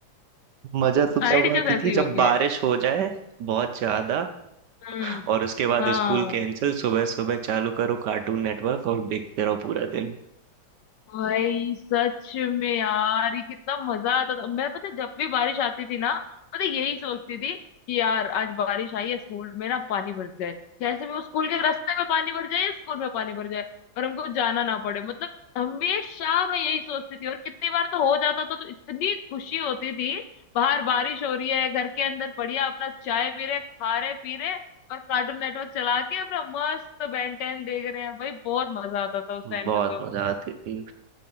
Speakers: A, on the right; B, on the left.
A: मजा तो
B: सारी
A: तब
B: टीचर्स
A: आती
B: ऐसी
A: थी
B: ही होती
A: जब बारिश
B: है
A: हो जाए बहुत ज्यादा
B: हम्म
A: और उसके बाद
B: हाँ
A: स्कूल कैंसिल सुबह सुबह चालू करो कार्टून नेटवर्क और देखते रहो पूरा दिन
B: भाई सच में यार ये कितना मजा आता था मैं पता है, जब भी बारिश आती थी ना पता है, यही सोचती थी कि यार आज बारिश आई है स्कूल में ना पानी भर जाए जैसे भी वो स्कूल के रास्ते में पानी भर जाए या स्कूल में पानी भर जाए और हमको जाना ना पड़े मतलब हमेशा मैं यही सोचती थी और कितनी बार तो हो जाता था तो इतनी खुशी होती थी बाहर बारिश हो रही है घर के अंदर बढ़िया अपना चाय पी रहे खा रहे पी रहे और कार्टून नेटवर्क चला के अपना मस्त बेन टेन देख रहे हैं भाई बहुत मजा आता था उस टाइम
A: बहुत
B: पे तो
A: मजा आती थी